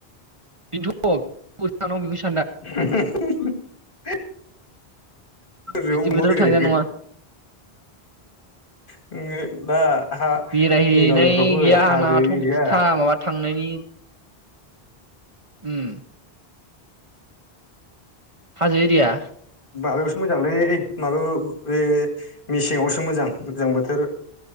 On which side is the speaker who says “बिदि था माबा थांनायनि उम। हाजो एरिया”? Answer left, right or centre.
Right